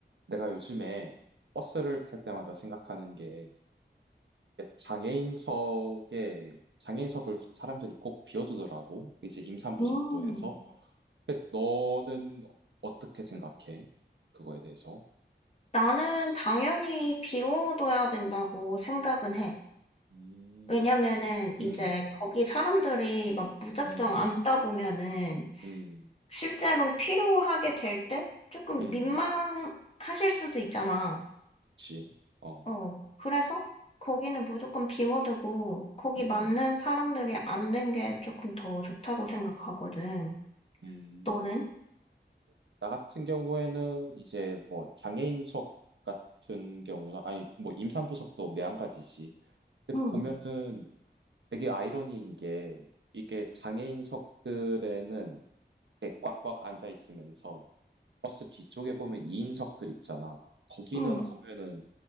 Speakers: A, on the right; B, on the left.
A: 내가 요즘에 버스를 탈 때마다 생각하는 게 장애인석에 장애인석을 사람들이 꼭 비워두더라고. 이제 임산부석도
B: 음,
A: 해서. 근데 너는 어떻게 생각해? 그거에 대해서?
B: 나는 당연히 비워둬야 된다고 생각은 해.
A: 음,
B: 왜냐면은
A: 음,
B: 이제 거기 사람들이 막 무작정
A: 음,
B: 앉다 보면은
A: 음,
B: 실제로 필요하게 될 때 조금
A: 음,
B: 민망하실 수도 있잖아.
A: 그치. 어,
B: 어, 그래서 거기는 무조건 비워두고 거기
A: 음,
B: 맞는 사람들이 앉는 게 조금 더 좋다고 생각하거든.
A: 음.
B: 너는?
A: 나 같은 경우에는 이제 뭐 장애인석 같은 경우나, 아니, 뭐 임산부석도 매한가지지. 근데
B: 응,
A: 보면은 되게 아이러니인 게 이게 장애인석들에는 이렇게 꽉꽉 앉아 있으면서 버스 뒤쪽에 보면 2인석들 있잖아. 거기는
B: 응.
A: 보면은